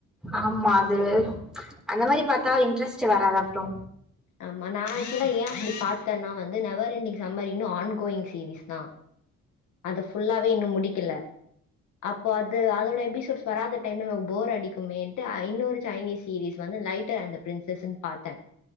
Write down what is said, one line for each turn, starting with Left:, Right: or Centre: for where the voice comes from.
Centre: ஆமா அது அந்த மாரி பாத்தா இன்ட்ரெஸ்ட் வராது அப்ரோ
Left: ஆமா நா ஆக்சுவலா ஏ அப்டி பாத்தேன்னா வந்து நெவர் இண்டி் சம்மர் இன்னு ஆன் கோயிங் சீரிஸ் தா அது ஃபுல்லாவே இன்னு முடிக்கல அப்போ அது அதோட எபிசோட்ஸ் வராதடைம்ல நமக்கு அடிக்குமேன்ட்டு ஐநூறு சைனீஸ் சீஸ் வந்து லைட்டர் அண்ட் பிரின்சஸ்ன்னு பாத்த